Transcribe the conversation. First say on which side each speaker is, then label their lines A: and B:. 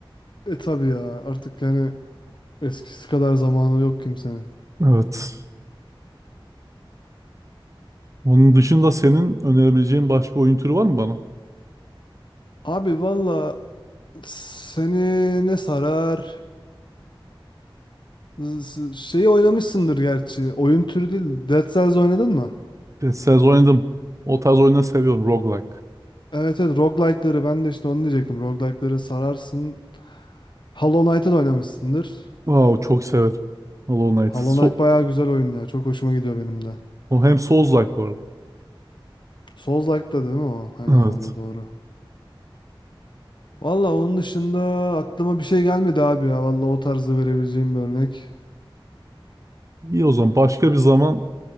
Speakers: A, on the left; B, on the right.
A: E tabi ya artık yani eskisi kadar zamanı yok kimsenin.
B: Evet. Onun dışında senin önerebileceğin başka oyun türü var mı bana?
A: Abi valla seni ne sarar? Z- z- Şeyi oynamışsındır gerçi. Oyun türü değil. Dead Cells oynadın mı?
B: Deniz oynadım. O tarz oyunları seviyorum. Roguelike.
A: Evet evet roguelike'ları ben de işte onu diyecektim. Roguelike'ları sararsın. Hollow Knight'ı da oynamışsındır.
B: Wow, çok severim. Hollow Knight.
A: Hollow
B: So
A: Knight bayağı güzel oyun ya. Çok hoşuma gidiyor benim de.
B: o hem Souls-like bu arada.
A: Soulslike'da değil mi o? Aynı
B: Evet.
A: zamanda doğru. Valla onun dışında aklıma bir şey gelmedi abi ya. Valla o tarzda verebileceğim bir örnek.
B: İyi o zaman. Başka bir zaman